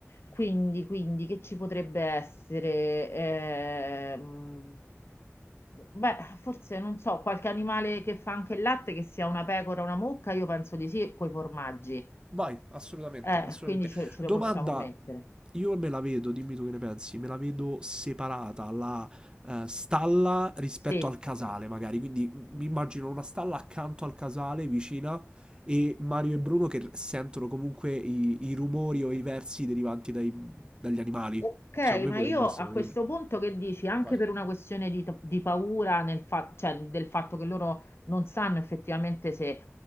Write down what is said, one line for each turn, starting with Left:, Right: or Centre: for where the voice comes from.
Left: quindi, quindi che ci potrebbe essere? Ehm, beh, forse non so, qualche animale che fa anche il latte, che sia una pecora o una mucca, io penso di sì, coi formaggi.
Right: Vai, assolutamente,
Left: Eh,
Right: assolutamente.
Left: quindi ce, ce
Right: Domanda,
Left: lo possiamo mettere.
Right: io me la vedo, dimmi tu che ne pensi, me la vedo separata la eh, stalla rispetto
Left: Sì.
Right: al casale, magari. Quindi m- mi immagino una stalla accanto al casale, vicina, e Mario e Bruno che sentono comunque i, i rumori o i versi derivanti dai- dagli animali.
Left: Ok,
Right: Secondo
Left: ma
Right: me potrebbe
Left: io
Right: essere
Left: a
Right: un'idea.
Left: questo punto che dici? Anche
Right: Vai.
Left: per una questione di, di paura nel fa- cioè, del fatto che loro non sanno effettivamente se